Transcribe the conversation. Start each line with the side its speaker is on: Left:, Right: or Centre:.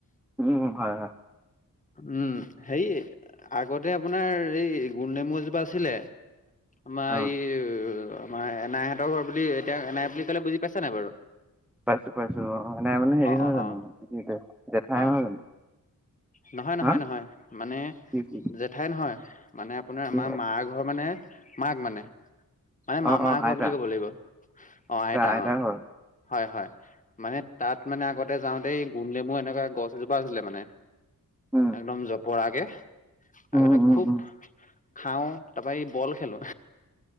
Centre: উম, হয়, হয়।
Left: উম, হে, আগতে আপোনাৰ এই গুল নেমু মজোপা আছিলে। আমাৰ
Centre: অ
Left: এই আমাৰ এনাইহঁতৰ হ, বুলি এতিয়া, এনাই বুলি কলে বুজি পাইছা নাই বাৰু?
Centre: পাইছো, পাইছো, অ, নাই মানে হেৰি
Left: অ
Centre: নহয়
Left: অ
Centre: জানো
Left: অ
Centre: জেঠাই
Left: অ
Centre: নহয় জানো।
Left: নহয়, নহয়,
Centre: হা
Left: নহয় মানে
Centre: কি কি
Left: জেঠাই নহয়। মানে আপোনাৰ
Centre: কি
Left: আমাৰ
Centre: হয়
Left: মাৰ ঘৰ মানে মাক মানে। মানে মামাৰ
Centre: অ অ
Left: ঘৰ
Centre: আইতা
Left: বুলি ক'ব লাগিব অ, আইতা
Centre: আইতাৰ
Left: অ,
Centre: ঘৰ
Left: হয়, হয়, মানে। তাত মানে আগতে যাওঁতে গুম, ডমু এনেকুৱা গছ এজোপা আছিলে মানে
Centre: উম
Left: একদম জপ পৰাকে আগতে
Centre: উম
Left: খুব
Centre: উম
Left: খাওঁ তাৰপৰা এই বল খেলো।